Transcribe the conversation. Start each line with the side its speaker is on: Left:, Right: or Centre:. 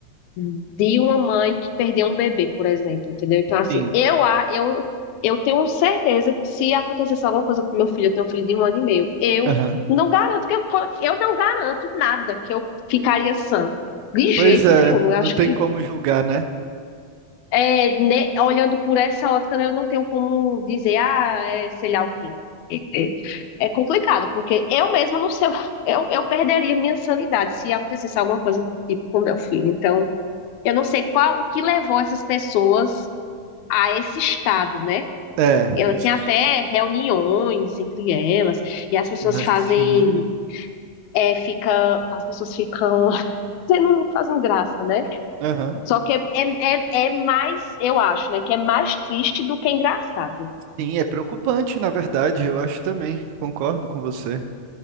Left: de uma mãe que perdeu um bebê, por exemplo, entendeu? Então, assim,
Right: sim.
Left: eu, a- eu, eu tenho certeza que se acontecesse alguma coisa com meu filho, eu tenho um filho de um ano e meio, eu
Right: Aham.
Left: não garanto que eu, po- eu não garanto nada que eu ficaria sã. De
Right: Pois
Left: jeito
Right: é,
Left: nenhum. Eu
Right: não
Left: acho
Right: tem
Left: que
Right: como julgar, né?
Left: é, né, olhando por essa ótica, né, eu não tenho como dizer, ah, é, sei lá o quê. É, é- é complicado, porque eu mesma não sei, <laughs> o- eu, eu perderia minha sanidade se acontecesse alguma coisa do tipo com meu filho. Então, eu não sei qual o que levou essas pessoas a esse estado, né?
Right: É,
Left: Ela
Right: isso.
Left: tem até reuniões entre elas, e as pessoas
Right: Mas,
Left: fazem,
Right: Sim.
Left: é, fica, as pessoas ficam, <laughs> não fazem graça, né?
Right: Aham.
Left: Só que é, é, é é mais, eu acho, né? Que é mais triste do que engraçado,
Right: Sim, é preocupante, na verdade, eu acho também, concordo com você.